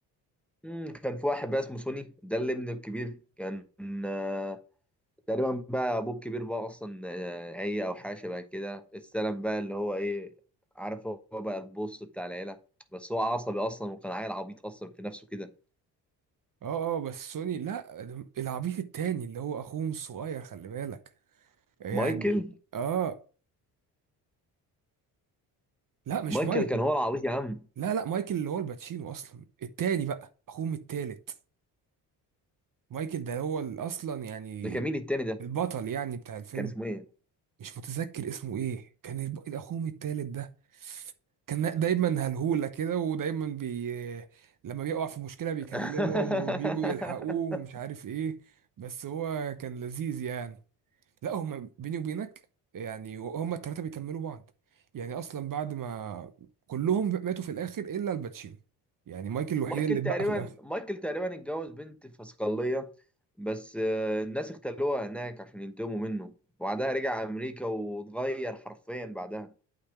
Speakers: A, in the centre; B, on the right (about 45°).
A: مم، كان في واحد بقى اسمه سوني ده اللي ابنه الكبير كان آه تقريبا بقى ابوه الكبير بقى اصلا آه عي او حاجه شبه كده استلم بقى اللي هو ايه عارف هو بقى البوس بتاع العيله بس هو عصبي اصلا وكان عيل عبيط اصلا في نفسه كده
B: اه اه بس سوني لا العبيط التاني اللي هو اخوهم الصغير خلي بالك يعني
A: مايكل
B: اه لا مش
A: مايكل
B: مايكل
A: كان هو العبيط يا عم
B: لا لا مايكل اللي هو الباتشينو اصلا التاني بقى اخوهم التالت مايكل ده هو ال- اصلا يعني
A: ده كان مين التاني ده
B: البطل يعني بتاع الفيلم
A: كان اسمه ايه
B: مش متذكر اسمه ايه كان الب- اخوهم التالت ده كان دايما هلهولة كده ودايما بي لما بيقع في مشكلة بيكلمهم
A: <laughs>
B: وبيجوا يلحقوه ومش عارف ايه بس هو كان لذيذ يعني لا هما بيني وبينك يعني هما التلاتة بيكملوا بعض يعني اصلا بعد ما كلهم ماتوا في الاخر الا الباتشينو يعني مايكل الوحيد
A: مايكل
B: اللي اتبقى
A: تقريبا
B: في الاخر
A: مايكل تقريبا اتجوز بنت في صقلية بس آه، الناس اختلوها هناك عشان ينتقموا منه وبعدها رجع امريكا واتغير حرفيا بعدها